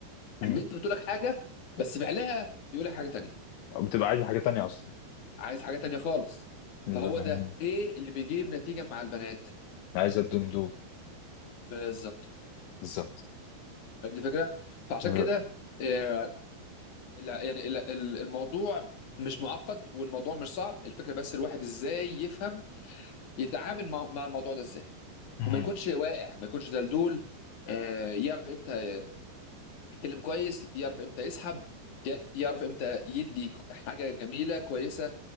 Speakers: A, on the left; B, on the left.
A: مم.
B: البنت بتقول لك حاجه بس فعلها بيقول لك حاجه تانية
A: بتبقى عايز حاجة تانية أصلا
B: عايز حاجه تانية خالص
A: بالظبط.
B: فهو
A: مم.
B: ده ايه اللي بيجيب نتيجه مع البنات
A: عايز الدندو
B: بالظبط
A: بالظبط
B: فهمت الفكره فعشان
A: بالظبط.
B: كده آه، الع- يعني الع- ال- الموضوع مش معقد والموضوع مش صعب الفكره بس الواحد ازاي يفهم يتعامل مع مع الموضوع ده ازاي
A: مم.
B: وما يكونش واقع ما يكونش دلدول آه، يعرف امتى يتكلم كويس يعرف امتى يسحب ي- يعرف امتى يدي حاجه جميله كويسه